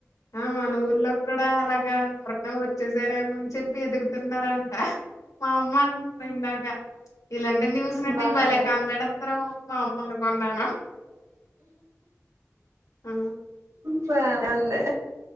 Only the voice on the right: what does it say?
బానే
పని ఉంది